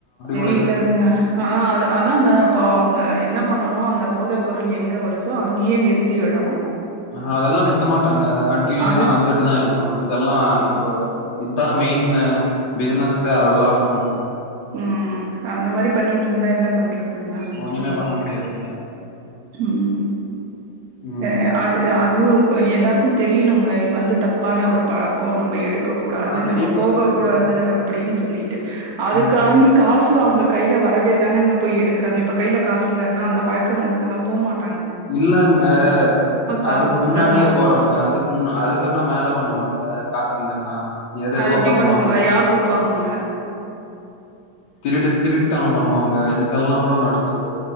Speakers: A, on the left; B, on the right.
A: கூட
B: இப்போ
A: இருக்கு
B: அவங்க என்ன பண்ணணும் அந்த போதைப்பொருள் எங்கே வருதோ அங்கேயே நிறுத்தி விடணும்
A: ஆஹ் அதெல்லாம் நித்த மாட்டாங்க கண்டினியுஸா
B: அது
A: நடந்துட்டு தான் இருக்குகோ இதெல்லாம் இப்போ இதுதான் மெயினு பிசினஸ்சே எல்லாருக்கும்
B: ம் அந்த மாரி பண்ணிட்டு இருந்தா என்ன பன்றது துங்க
A: ஒண்ணுமே
B: உம்
A: பண்ண முடியாதுங்க
B: உம்
A: ம்
B: அஹ் அது அது இப்ப எல்லாருக்கும் தெரியனுங்க இது வந்து தப்பான ஒரு பழக்கோ நம்ப எடுக்க கூடாது
A: ஆனா தெரியமாட்டேந்தங்க
B: நம்ப போக கூடாது அப்படின்னு சொல்லி ட்டு அதுக்
A: ம்
B: காண்டி காஸ் அவங்க கையில வரவே தானேங்க போய் எடுக்கிறாங்க இப்ப கைல காசு இல்லைன்ன அந்த பழக்கங்க எல்லாம் போக மாட்
A: இல்லங்க
B: காசு
A: அதுக்கு
B: குடுக்கறனால
A: முன்னாடியே போறாங்க அதுக்கு முன்ன அதுக்குன்னா மேல பண்ணுவாங்க காசு இல்லன்னா எது எதுவோ
B: அது எப்டி
A: பண்ணுவாங்கள
B: பண்ணுவாங்க யார் குடுப்பாங்கங்க
A: திருடு திருட்டுத்தனம் பண்ணுவாங்க இதெல்லாம் கூட நடக்குாங்க